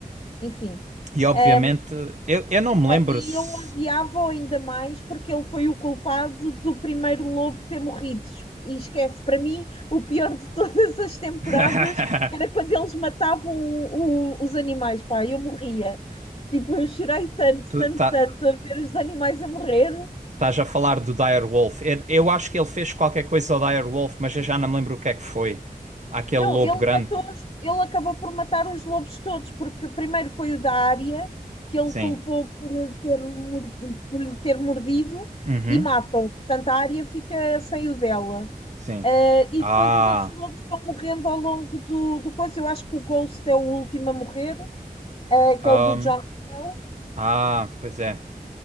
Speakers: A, on the left (about 40°); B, on the right (about 50°).
A: Enfim.
B: e obviamente,
A: Ah,
B: eu, eu não me
A: Pá,
B: lembro
A: E
B: se.
A: eu odiava-o ainda mais porque ele foi o culpado do primeiro lobo ter morrido. E esquece, para mim, o pior de todas as temporadas
B: <laughs>
A: era quando eles matavam o- os animais, pá, eu morria. Tipo, eu chorei tanto,
B: Tu
A: tanto,
B: tá,
A: tanto a ver os animais a morrer.
B: estás a falar do Dire Wolf. Eu, eu acho que ele fez qualquer coisa ao Dire Wolf, mas eu já não me lembro o que é que foi. Aquele
A: Não,
B: lobo
A: ele
B: grande.
A: matou, os- ele acabou por matar os lobos todos, porque primeiro foi o da área, que ele
B: Sim.
A: culpou por ter, mor- por lhe ter mordido,
B: Uhum.
A: e matam. Portanto, a área fica sem o dela.
B: Sim.
A: Uh, e
B: Ah.
A: depois os outros lobos vão morrendo ao longo do, do coisa. Eu acho que o Ghost é o último a morrer, uh, que
B: ahm,
A: é o do Jon Snow.
B: ah, pois é.